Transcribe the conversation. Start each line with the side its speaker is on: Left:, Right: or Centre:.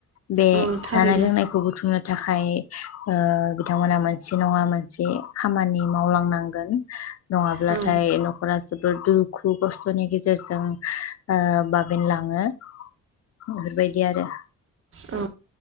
Left: बे।
Right: औ थारैनो
Left: खौ बुथुमनो थाखाय ओ बिथांमोना मोनसे नङा मोनसे खामानि मावलांनांगोन। नांगोन नङाब्लाथाय
Right: औ
Left: न'खरा। जोबोर दुखु खस्थ'नि गेजेरजों ओ बाबेनलाङो। बेफोरबायदि आरो।
Right: औ।